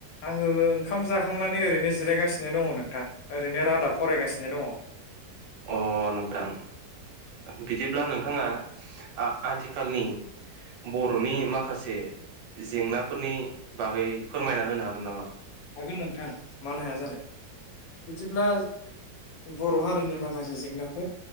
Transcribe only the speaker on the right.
अ नोंथां बिदिब्ला नोंथाङा आथिखालनि बर'नि माखासे जेंनाफोरनि बागै फोरमायना होनो हागोन नामा?